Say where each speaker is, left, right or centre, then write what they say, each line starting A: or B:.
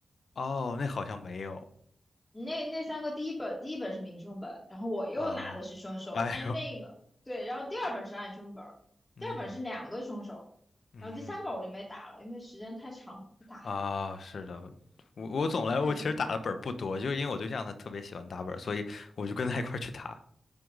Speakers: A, on the left; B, on the left.
A: 哦，那好像没有。
B: 那那三个第一本第一本是明凶本，然后我又拿的是凶手，
A: 啊，哎呦，
B: 那那个对，然后第二本是暗凶本，
A: 嗯
B: 第二本是两个凶手，
A: 嗯
B: 然后第三本我就没打了，因为时间太长不打了。
A: 啊，是的，我我总来，
B: 对，
A: 我其实打的本儿不多，就是因为我对象他特别喜欢打本儿，所以我就跟他一块儿去打。